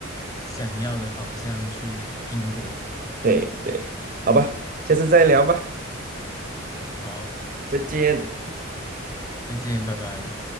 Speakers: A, on the left; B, on the right.
A: 想要的方向去拼搏。
B: 对对，好吧，下次再聊吧，
A: 好，
B: 再见。
A: 再见，拜拜。